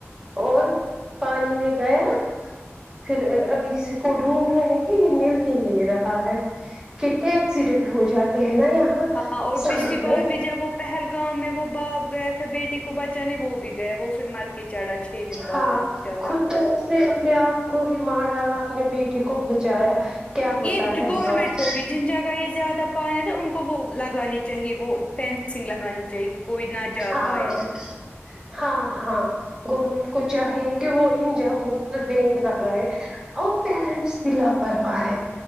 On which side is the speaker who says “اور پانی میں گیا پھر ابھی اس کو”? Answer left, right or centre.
Right